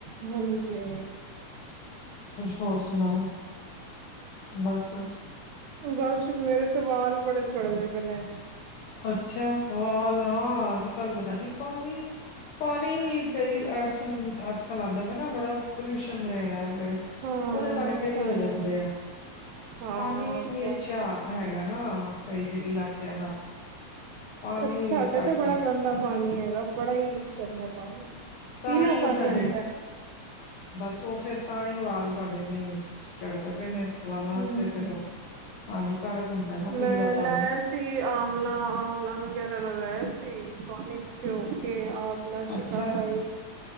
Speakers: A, on the right (about 80°); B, on the left (about 75°).
A: ਹਾਂਜੀ
B: ਹੋਰ ਸੁਣਾਓ ਬਸ
A: ਬਸ ਮੇਰੇ ਤੇ ਵਾਲ ਬੜੇ ਝੜਦੇ ਪੇ ਣੇ
B: ਅੱਛਾ ਵਾਲ ਹਾਂ ਅੱਜ ਕੱਲ ਪਤਾ ਨੀ ਪਾਣੀ ਪਾਣੀ ਵੀ ਕਈ ਐਸ ਅੱਜ ਕੱਲ੍ਹ ਆਂਦਾ ਪੇ ਨਾ ਬੜਾ ਪੋਲਿਊਸ਼ਨ ਹੈਗਾਵੇ
A: ਹਾਂ
B: ਉਹਦੇ ਕਰਕੇ
A: ਤਾਂਹੀ
B: ਵੀ ਹੋ ਜਾਂਦੇ ਆ
A: ਹਾਂ
B: ਪਾਣੀ ਵੀ ਨੀ
A: ਵਾਹ,
B: ਅੱਛਾ ਹੈਗਾ ਨਾ ਕਈ ਜਿ ਇਲਾਕਿਆਂ ਦਾ ਪਾਣੀ
A: ਬਟ ਸਾਡੇ
B: ਕਰਕੇ
A: ਤੇ ਬੜਾ ਗੰਦਾ ਪਾਣੀ ਹੈਗਾ ਬੜਾ ਹੀ ਗੰਦਾ ਪਾਣੀ
B: ਤਾਂ
A: ਪੀਲਾ
B: ਹੀ ਉਹ
A: ਪਾਣੀ
B: ਤੁਹਾਡੇ
A: ਆਂਦਾ
B: ਬਸ ਉਹ ਫੇਰ ਤਾਂ ਹੀ ਵਾਲ ਤੁਹਾਡੇ ਨ ਚੜਦੇ ਪਏ ਨੇ ਵਾਲਾਂ
A: ਹਮ
B: ਵਾਸਤੇ ਫਿਰ ਉਹ ਹਾਨੀਕਾਰਕ ਹੁੰਦਾ ਨਾ ਪੀਲਾ
A: ਮੈਂ ਲਾਇਆ
B: ਪਾਣੀ
A: ਸੀ ਆਂਵਲਾ ਆਂਵਲਾ ਵਗੈਰਾ ਲਗਾਇਆ ਸੀ ਪਾਣੀ ਚ ਭੇਂਓ ਕੇ ਆਵਲਾ ਸ਼ਿਕਾ
B: ਅੱਛਾ
A: ਕਾਈ